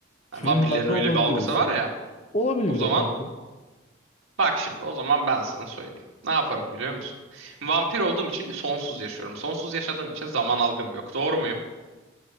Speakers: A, on the left; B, on the right.
A: Filmlerde
B: Yani vampirlerin öyle
A: olabiliyorsun.
B: bir algısı var ya.
A: Olabilir
B: O
A: bir
B: zaman
A: de kanka.
B: bak şimdi o zaman ben sana söyleyeyim. Ne yaparım biliyor musun? Vampir olduğum için sonsuz yaşıyorum. Sonsuz yaşadığım için zaman algım yok. Doğru muyum?